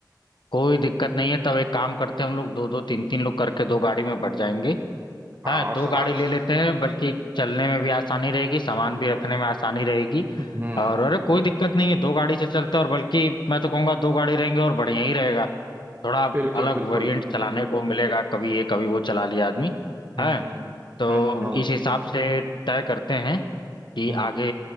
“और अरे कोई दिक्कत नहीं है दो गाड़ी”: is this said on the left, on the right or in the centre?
Left